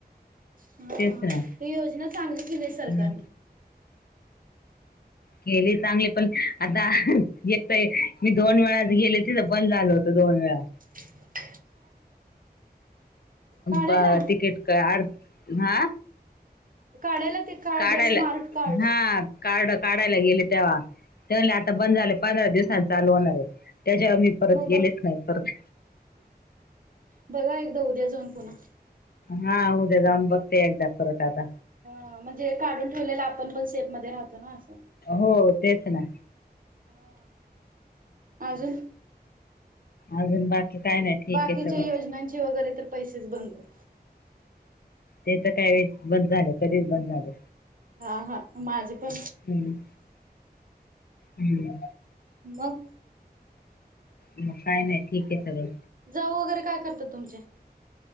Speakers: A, on the right; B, on the left.
A: हा
B: तेच ना
A: ह योजना चांगली केलीया
B: हम्म
A: सरकारने
B: केली चांगली पण आता एक तर मी दोन वेळा गेले त तर बंद झालो होतो दोन वेळा.
A: <inaudible> काढायला
B: बा तिकीट का अर्थ हा?
A: काढायला ते कार्ड
B: काढायला
A: स्मार्ट कार्ड
B: हा काड काढायला गेले तेव्हा ते म्हणले आता बंद झाले पंधरा दिवसांनी चालू होणारय त्याच्यावर मी परत
A: मग
B: गेलेच
A: बघ
B: नाही परत
A: बघा एकदा उद्या जाऊन पुन्हा.
B: हा उद्या जाऊन बघते एकदा परत आता.
A: हा म्हणजे काढून ठेवलेलं आपण पण शेप मध्ये राहतो ना असं.
B: हो तेच ना.
A: हा, अजून
B: अजून बाकी. काय नाही ठीक
A: बाकीच्या
B: आहे सगळं
A: योजनांचे वगैरे तर पैसेच बंदयत.
B: ते तर काय बंद झालं कधीच बंद झालं.
A: हा हा माझे पण
B: हम्म हम्म.
A: मग?
B: मग काय नाही ठीक आहे सगळ.
A: जाऊ वगैरे काय करतात तुमचे?